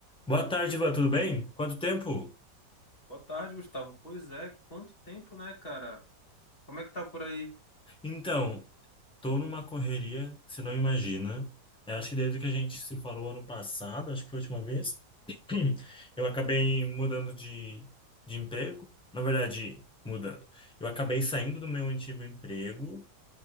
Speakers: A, in the centre; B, on the left.
A: Boa tarde, Ivan, tudo bem? Quanto tempo?
B: Boa tarde, Gustavo. Pois é, quanto tempo, né, cara? Como é que tá por aí?
A: Então, tô numa correria que você não imagina. Eu acho que desde que a gente se falou ano passado, acho que foi a última vez, <clears throat> eu acabei mudando de, de emprego. Na verdade, mudando. Eu acabei saindo do meu antigo emprego,